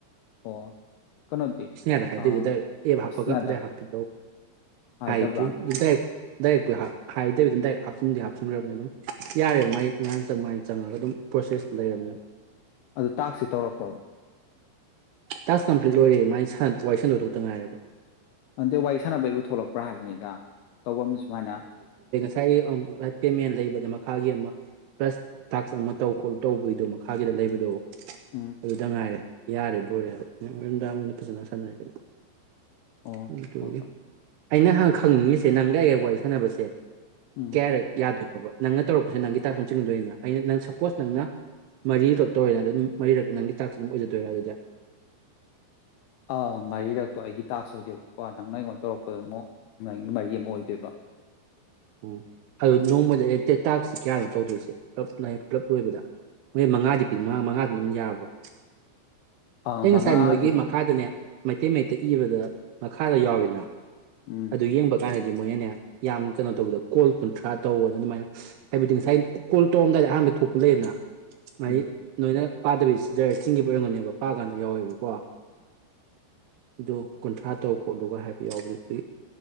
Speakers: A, on the left (about 85°); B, on the right (about 80°).
A: ꯑꯣ ꯀꯩꯅꯣꯗꯤ
B: ꯏꯁꯅꯤꯌꯥꯗ ꯍꯥꯏꯗꯣꯏꯗꯨ
A: ꯑꯥ
B: ꯑꯗꯨꯗꯥꯏ ꯑꯦꯞ ꯍꯥꯞꯄꯒ
A: ꯏꯁꯅꯤꯌꯥꯗ
B: ꯑꯗꯨꯗꯥꯏ ꯍꯥꯞꯄꯤ
A: ꯍꯥꯏꯗꯕ꯭ꯔꯥ
B: ꯍꯥꯏꯗ꯭ꯔꯤ ꯏ ꯗꯥꯏꯔꯦꯛꯄꯨ ꯍꯥꯏꯗꯕꯤ ꯑꯗꯨꯝ ꯗꯥꯏꯔꯦꯛ ꯍꯥꯞꯆꯤꯟꯗꯤ ꯍꯥꯞꯆꯤꯟꯈ꯭ꯔꯕꯅꯦ ꯑꯗꯨꯝ ꯌꯥꯔꯦꯕ ꯃꯥꯏ ꯉꯥꯡ ꯆꯪꯉꯥꯏꯅ ꯆꯪꯉꯒ ꯑꯗꯨꯝ ꯄ꯭ꯔꯣꯁꯦꯁꯇ ꯂꯩꯔꯕꯅꯦꯕ
A: ꯑꯗꯨ ꯇꯥꯛꯁꯤ ꯇꯧꯔꯛꯄ꯭ꯔꯣꯕ
B: ꯇꯥꯁ ꯀꯝꯄ꯭ꯂꯤꯠ ꯑꯣꯏꯔꯦ ꯃꯥꯏ ꯋꯥꯔꯤ ꯁꯥꯟꯗꯣꯏꯗꯨ ꯈꯛꯇ ꯉꯥꯏꯦꯕ
A: ꯑꯟꯗꯦ ꯋꯥꯔꯤ ꯁꯥꯟꯅꯕꯩꯕꯨ ꯊꯣꯛꯂꯛꯄ꯭ꯔꯥ ꯍꯥꯏꯕꯅꯤꯗ ꯇꯧꯕ ꯑꯃ ꯁꯨꯃꯥꯏꯅ
B: ꯉꯁꯥꯏꯒꯤ ꯄꯦꯃꯦꯟ ꯂꯩꯕꯗ ꯃꯈꯥꯒꯤ ꯑꯃ ꯄ꯭ꯂꯁ ꯇꯥꯛꯁ ꯑꯃ ꯇꯧ ꯈꯣꯠꯂ ꯇꯧꯕꯒꯤꯗꯣ ꯃꯈꯥꯒꯤꯗ ꯂꯩꯕꯗꯣ
A: ꯎꯝ
B: ꯑꯗꯨꯗ ꯉꯥꯏꯔꯦ ꯌꯥꯔꯦ ꯂꯣꯏꯔꯦ ꯍꯥꯏꯕ ꯅꯨꯡꯗꯥꯡ ꯑꫭꯏꯅ ꯐꯖꯅ ꯁꯥꯟꯅꯔꯀꯦꯗ
A: ꯑꯣ
B: ꯎ ꯇꯒꯦ
A: ꯍꯣꯏ ꯍꯣꯏ
B: ꯑꯩꯅ ꯍꯪ ꯈꯪꯅꯤꯡꯉꯤꯁꯦ ꯅꯪ ꯒ ꯑꯩ ꯒ ꯋꯥꯏ ꯁꯟꯅꯕꯁꯦ
A: ꯎꯝ
B: ꯀꯌꯥꯔꯛ ꯌꯥꯗꫭꯏꯅꫭ ꯑꯣ ꯅꯪꯅ ꯇꯧꯔꯛꯄꯁꯤ ꯅꯪꯒꯤ ꯇꯥꯛꯁ ꯑꯗꯨꯝ ꯆꯤꯡꯒꯗꯣꯏꯔꯤꯅ ꯑꯩꯅ ꯅꯪ ꯁꯄꯣꯁ ꯅꯪꯅ ꯃꯔꯤꯔꯛꯇꯧꯔꯛꯏꯅ ꯑꯗꯨꯝ ꯃꯔꯤꯔꯛ ꯅꯪꯒꯤ ꯇꯥꯛꯁ ꯑꯗꯨꯝ ꯑꯣꯏꯖꯗꯣꯏꯔꯥ ꯑꯗꯨꯗꯤ
A: ꯑꯪ ꯃꯔꯤꯔꯛꯇꯣ ꯑꯩꯒꯤ ꯇꯥꯛꯁ ꯑꯣꯏꯗꯣꯏꯕꯀꯣ ꯅꯪꯅ ꯑꯩꯉꯣꯟꯗ ꯇꯧꯔꯛꯄꯗꯨ ꯑꯃꯨꯛ ꯅꯪꯒꯤ ꯃꯔꯤ ꯑꯃ ꯑꯣꯏꯗꯣꯏꯕ
B: ꯎꯝ ꯑꯗꯨ ꯅꯣꯡꯃꯗꯩꯅ ꯇꯦꯇꯥꯛꯁꯤ ꯀꯌꯥꯅꯣ ꯇꯧꯗꯣꯏꯁꯦ ꯄꯨꯞ ꯄꯨꯂꯞ ꯂꯣꯏꯕꯗ ꯃꯣꯏ ꯃꯉꯥꯗꯤ ꯄꯤ ꯃꯉꯥ ꯃꯉꯥꯗꯨꯅ ꯑꯗꯨꯝ ꯌꯥꯔꯕ꯭ꯔꯣ
A: ꯑꯥ
B: ꯑꯩ
A: ꯃꯉꯥꯗꯨ
B: ꯉꯁꯥꯏ ꯃꯣꯏꯒꯤ ꯃꯈꯥꯗꯅꯦ ꯃꯩꯇꯩ ꯃꯩꯇꯩ ꯏꯕꯗ ꯃꯈꯥꯗ ꯌꯥꯎꯋꯦꯅ
A: ꯎꯝ
B: ꯑꯗꯨ ꯌꯦꯡꯕ ꯀꯥꯟꯗ ꯑꯗꯨ ꯃꯣꯏꯅꯅꯦ ꯌꯥꯝ ꯀꯩꯅꯣ ꯇꯧꯕꯗ ꯀꯣꯜ ꯀꯨꯟꯊ꯭ꯔꯥ ꯇꯧꯅ ꯑꯗꯨꯃꯥꯏꯅ ꯍꯥꯏꯕꯗꯤ ꯉꯁꯥꯏ ꯀꯣꯜ ꯇꯧꯔꯝꯗꯥꯏꯗ ꯑꯍꯥꯟꯕ ꯊꯣꯛꯄ ꯂꯩꯌꯦꯅ ꯃ
A: ꯎꯝ
B: ꯅꯣꯏꯅ ꯄꯥꯗꯕꯤꯁꯤꯗ ꯆꯤꯡꯒꯤꯕꯨ ꯑꯣꯏꯔꯝꯒꯅꯦꯕ ꯄꯥ ꯀꯥꯟꯗ ꯌꯥꯎꯋꯦꯕꯀꯣ ꯑꯗꯨ ꯀꯨꯟꯊ꯭ꯔꯥ ꯇꯔꯨ ꯈꯣꯠꯂꯨꯒ ꯍꯥꯏꯕ ꯌꯥꯎꯕꯗꯨ ꯑꯗꯨꯗꯤ